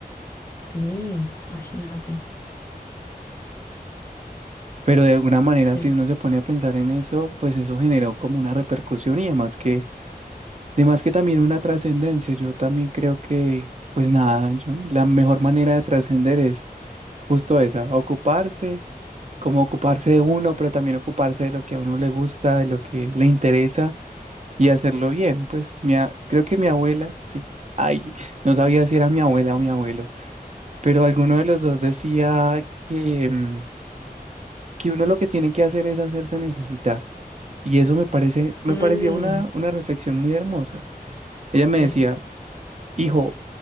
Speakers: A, on the left; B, on the right.
A: Sí, imagínate.
B: Pero de alguna manera,
A: Sí.
B: si uno se pone a pensar en eso, pues eso generó como una repercusión y además que, además que también una trascendencia. Yo también creo que, pues nada, yo, la mejor manera de trascender es justo esa, ocuparse, como ocuparse de uno, pero también ocuparse de lo que a uno le gusta, de lo que le interesa y hacerlo bien. Pues mi, a- creo que mi abuela, sí, ay, no sabía si era mi abuela o mi abuelo, pero alguno de los dos decía que, mm, que uno lo que tiene que hacer es hacerse necesitar. Y eso me parece, me
A: Mm,
B: parecía una, una reflexión muy hermosa. Ella
A: sí,
B: me decía, hijo,